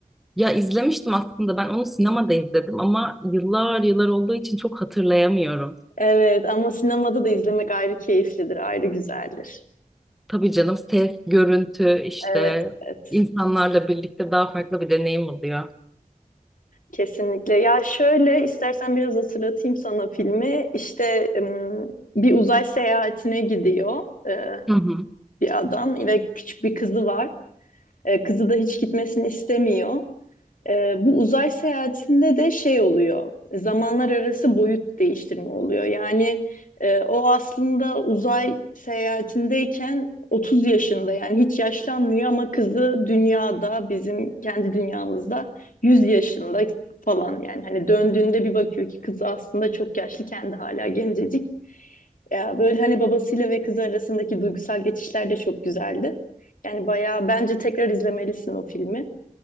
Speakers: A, in the centre; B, on the left.
A: Ya izlemiştim aslında ben onu sinemada izledim ama yıllar yıllar olduğu için çok hatırlayamıyorum.
B: Evet ama sinemada da izlemek ayrı keyiflidir, ayrı güzeldir.
A: Tabii canım ses, görüntü işte
B: Evet, evet.
A: insanlarla birlikte daha farklı bir deneyim oluyor.
B: Kesinlikle. Ya şöyle istersen biraz hatırlatayım sana filmi. İşte ım, bir uzay seyahatine gidiyor e,
A: Hı hı.
B: bir adam ve küçük bir kızı var. E, Kızı da hiç gitmesini istemiyor. Ee, bu uzay seyahatinde de şey oluyor, zamanlar arası boyut değiştirme oluyor. Yani e, o aslında uzay seyahatindeyken 30 yaşında yani hiç yaşlanmıyor ama kızı dünyada bizim kendi dünyamızda 100 yaşında falan yani hani döndüğünde bir bakıyor ki kızı aslında çok yaşlı kendi hala gencecik. Ya böyle hani babasıyla ve kızı arasındaki duygusal geçişler de çok güzeldi. Yani bayağı bence tekrar izlemelisin o filmi.